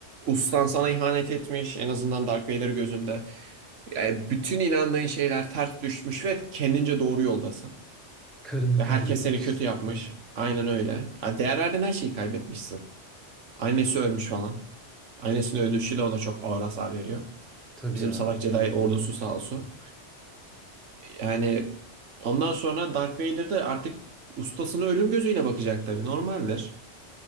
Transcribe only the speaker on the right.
Ustan sana ihanet etmiş en azından Dark Vader gözünde. Yani bütün inandığın şeyler ters düşmüş ve kendince doğru yoldasın.
Ve
herkes seni kötü yapmış.
Aynen öyle. Ya değer verdiğin her şeyi kaybetmişsin. Annesi ölmüş falan. Annesinin ölüşü de ona çok ağır hasar veriyor.
Bizim
salak Jedi
ordusu
sağ
olsun. Yani ondan sonra Darth Vader de artık ustasına ölüm gözüyle bakacak tabii. Normaldir.